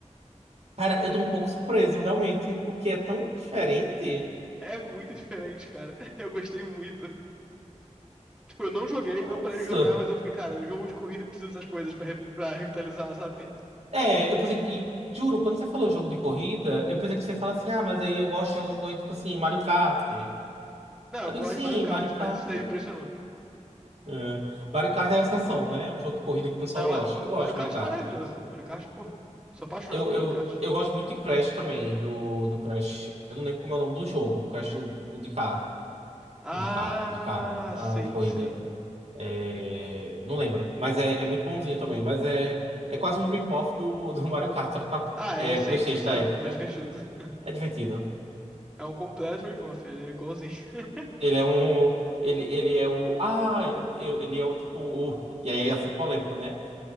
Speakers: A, on the right; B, in the centre.
A: Cara, eu tô um pouco surpreso, realmente, porque é tão diferente.
B: É muito diferente, cara. <laughs> Eu gostei muito. Tipo, eu não joguei,
A: Nossa.
B: não parei de jogar, mas eu fiquei, cara, jogo de corrida eu preciso dessas coisas pra, re- pra revitalizar, sabe?
A: É, eu pensei, que. e juro, quando você falou jogo de corrida, eu pensei que você ia falar assim, ah, mas aí eu gosto de jogos de corrida, tipo assim, Mario Kart. Aí
B: Não, eu
A: eu
B: gosto
A: digo, sim,
B: de Mario Kart,
A: Mario Kart.
B: mas isso daí me impressionou.
A: É. Mario Kart é a exceção, né? É um jogo de corrida que o pessoal
B: Não,
A: gosta.
B: é.
A: Eu gosto
B: Mario
A: de
B: Kart
A: Mario Kart.
B: é maravilhoso. Mario Kart, pô, sou apaixonado
A: Eu,
B: por Mario
A: eu,
B: Kart.
A: eu gosto muito de Crash também, do, do Crash. Eu não lembro como é o nome do jogo. Crash, o, o de carro.
B: Ah,
A: O de carro, o de carro, ah,
B: sim,
A: de corrida.
B: sim.
A: É, não lembro. Mas é, é muito bonzinho também. Mas é, é quase um rip-off do, do Mario Kart, só que pra,
B: Ah,
A: é,
B: é cem
A: PlayStation
B: por cento,
A: da época.
B: mas é divertido. <laughs>
A: É divertido.
B: É um completo rip-off, ele é igualzinho. <laughs>
A: Ele é um. Ele, ele é o. Ah, eu, eu- ele é o tipo. O, <laughs> e aí é assim polêmico, né?